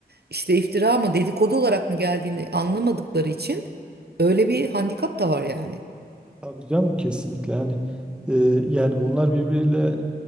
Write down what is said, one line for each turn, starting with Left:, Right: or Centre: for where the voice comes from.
Right: işte iftira mı dedikodu olarak mı geldiğini anlamadıkları için öyle bir handikap da var yani.
Centre: Tabii canım kesinlikle hani e, yani bunlar birbiriyle